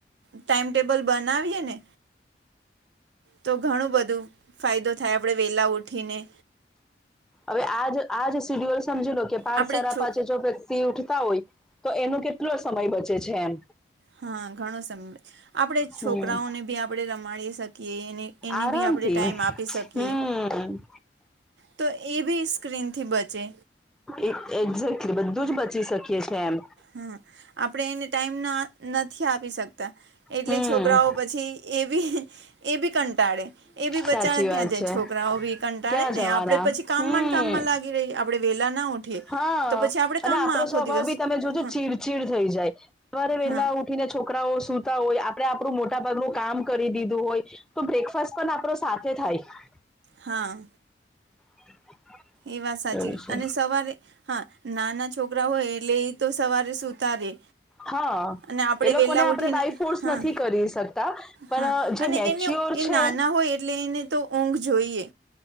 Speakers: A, on the right; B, in the centre.
A: ટાઈમ ટેબલ બનાવીએ ને તો ઘણું બધું ફાયદો થાય, આપણે વેલા ઉઠીને.
B: અવે આજ-આજ શીડ્યુલ સમજી લો કે પાંચ
A: આપણે
B: સાડા
A: છો
B: પાચે જો પસ થી ઉઠતા હોય તો એનો કેટલો સમય બચે છે એમ.
A: હા, ઘણો સમય, આપણેે
B: હમ
A: છોકરાઓને ભી આપણે રમાડી સકે કીએ ને એને
B: આરામથી
A: ભી આપણે ટાઈમ આપી શકીએ.
B: હમ
A: તો એભી સ્ક્રીનથી બચે
B: એક એક્ઝેક્ટલી બધું જ બચી શકીએ છીએ એમ.
A: હમ, આપણે એને ટાઈમ ના નથી આપી શકતા. એટલે
B: હમ
A: છોકરાઓ પછી, એબી-એબી કંટાળે એબી
B: સાચી
A: બચારા
B: વાત
A: ક્યાં જાય
B: છે
A: છોકરાઓ બી. કંટાળે
B: ક્યાં જવાના
A: ને આપડે પછી, કામમાં
B: હમ
A: ને કામમાં લાગે રહી આપણેે વેહલા ના ઉઠીએ
B: હા
A: તો પછી આપડે
B: અને
A: કામમાં
B: આપણો
A: આખો
B: સ્વભાવ
A: દિવસ
B: બી તમે જોજો
A: હા
B: ચીડચીડ થઈ જાય સવારે વેલા
A: હા
B: આવુ ઉઠીને, છોકરાઓ સુતા હોય, આપણે આપણું મોટા ભાગનું કામ કરી દીધું હોય. તો બ્રેકફાસ્ટ પણ આપણો સાથે થાય.
A: હા,
B: <inaudible>
A: એ વાત સાચી,
B: એવું છે.
A: અને સવારે, હા, નાના છોકરા હોય એટલે તો સવારે સુતા રે
B: હા
A: અને આપણેે
B: એ લોકોને
A: વેલા
B: આપણે
A: ઉઠીને,
B: બાય ફોર્સ
A: હા,
B: નથી કરી શકતા પણ
A: હા,
B: જે
A: અને
B: મેચ્યોર
A: એન નુ એ
B: છે
A: નાના હોય એટલે એને તો ઊંઘ જોઈએ.